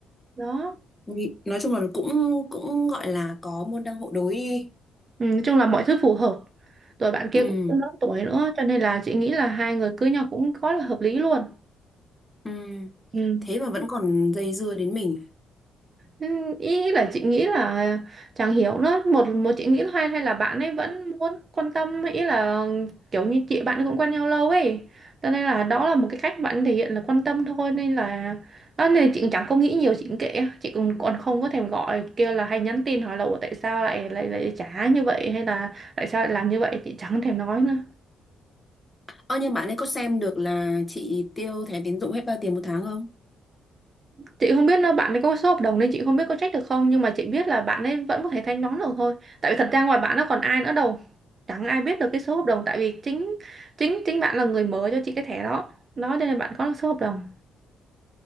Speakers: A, on the right; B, on the left.
A: đó
B: Nghĩ- nói chung là cũng cũng gọi là có môn đăng hộ đối đi
A: ừ, nói chung là mọi thứ phù hợp rồi bạn kia
B: ừ
A: cũng lớn tuổi nữa cho nên là chị nghĩ là hai người cưới nhau cũng có là hợp lý luôn
B: ừ
A: ừ.
B: thế mà vẫn còn dây dưa đến mình
A: Ừ, ý là chị nghĩ là chẳng hiểu nữa một một chị nghĩ là hay hay là bạn ấy vẫn muốn quan tâm ý là kiểu như chị bạn cũng quen nhau lâu ấy cho nên là đó là một cái cách bạn thể hiện là quan tâm thôi nên là đó nên là chị chẳng có nghĩ nhiều chị cũng kệ chị cũng còn không có thèm gọi kêu là hay nhắn tin hỏi là "Ủa, tại sao lại lại lại trả như vậy hay là tại sao lại làm như vậy chị chẳng thèm nói nữa
B: ơ nhưng bạn ấy có xem được là chị tiêu thẻ tín dụng hết bao tiền một tháng không
A: chị không biết là bạn ấy có số hợp đồng nên chị không biết có trách được không nhưng mà chị biết là bạn ấy vẫn có thể thanh toán được thôi tại vì thật ra ngoài bạn nó còn ai nữa đâu chẳng ai biết được cái số hợp đồng tại vì chính chính chính bạn là người mở cho chị cái thẻ đó đó cho nên bạn có số hợp đồng